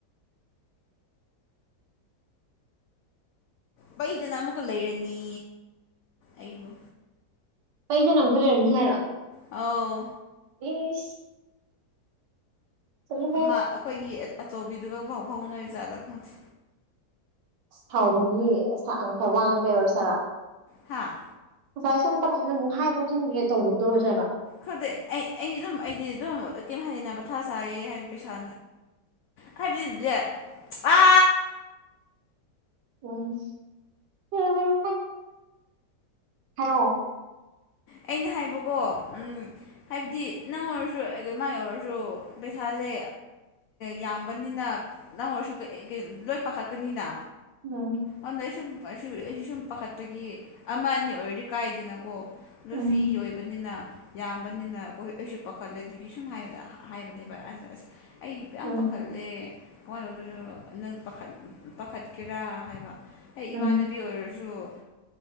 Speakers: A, on the left; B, on the right.
A: ꯄꯩꯗꯅ ꯑꯃꯨꯛꯀ ꯂꯩꯔꯅꯤ ꯑꯩꯕꯨ
B: ꯄꯩꯗꯅ ꯑꯃꯨꯛꯀ ꯂꯩꯔꯝꯅꯤ ꯍꯥꯏꯔꯣ
A: ꯑꯥꯎ
B: ꯏꯁ ꯆꯠꯂꯨꯍꯦ
A: ꯑꯃ ꯑꯩꯈꯣꯏꯒꯤ ꯑꯆꯧꯕꯤꯗꯨꯒ ꯄꯥꯎ ꯐꯥꯎꯅꯔꯤꯖꯥꯠꯂ ꯈꯪꯗꯦ
B: ꯁꯥꯎꯕꯒꯤ ꯉꯁꯥꯏ ꯋꯥꯏ ꯉꯥꯡꯕꯩ ꯑꯣꯏꯔ ꯖꯥꯠꯂ
A: ꯍꯥꯥ
B: ꯉꯁꯥꯏ ꯁꯝ <unintelligible> ꯑꯃꯨꯛ ꯍꯥꯏꯕ꯭ꯔꯥ ꯈꯪꯗꯤꯌꯦ ꯇꯧꯕꯗꯣ ꯑꯣꯏꯖꯥꯔꯣ
A: ꯈꯪꯗꯦ ꯑꯩ ꯑꯩ ꯑꯗꯨꯝ ꯑꯩꯗꯤ ꯑꯗꯨꯝ ꯀꯩ ꯍꯥꯏꯅ ꯃꯊꯥ ꯁꯥꯌꯦ ꯍꯥꯏꯗꯤ ꯄꯩꯁꯥ ꯍꯥꯏꯕꯗꯤ ꯑ
B: ꯎꯝ <unintelligible> ꯍꯥꯏꯔꯣ
A: ꯑꯩꯅ ꯍꯥꯏꯕꯀꯣ ꯎꯝ ꯍꯥꯏꯕꯗꯤ ꯅꯪ ꯑꯣꯏꯔꯁꯨ ꯃꯥꯏ ꯑꯣꯏꯔꯁꯨ ꯄꯩꯁꯥꯁꯦ ꯌꯥꯝꯕꯅꯤꯅ ꯅꯪ ꯑꯣꯏꯔꯁꯨ ꯂꯣꯏ ꯄꯥꯈꯠꯀꯅꯤꯅ
B: ꯎꯝ
A: ꯑꯗꯨꯗ ꯑꯩ ꯁꯨꯝ ꯑꯩꯁꯨ ꯑꯩꯁꯨ ꯁꯨꯝ ꯄꯥꯈꯠꯄꯒꯤ ꯑꯃ ꯑꯅꯤ ꯑꯣꯏꯔꯗꯤ ꯀꯥꯏꯗꯦꯅꯀꯣ ꯅꯨꯄꯤ
B: ꯎꯝ
A: ꯑꯣꯏꯕꯅꯤꯅ ꯌꯥꯝꯕꯅꯤꯅ ꯑꯩꯈꯣꯏ ꯑꯩꯁꯨ ꯄꯥꯈꯠꯂꯦ ꯑꯗꯨꯒꯤ ꯁꯨꯝ ꯍꯥꯏꯕꯅꯦꯕ ꯑꯁ ꯑꯩ ꯌꯥꯝ
B: ꯎꯝ
A: ꯄꯥꯈꯠꯂꯦ ꯀꯃꯥꯏꯅꯅꯣ ꯅꯪ ꯄꯥꯈꯠ ꯄꯥꯈꯠꯀꯦꯔꯥ ꯍꯥꯏꯕ ꯑꯩ ꯏꯃꯥꯅꯦ
B: ꯎꯝ
A: ꯅꯕꯤ ꯑꯣꯏꯔꯁꯨ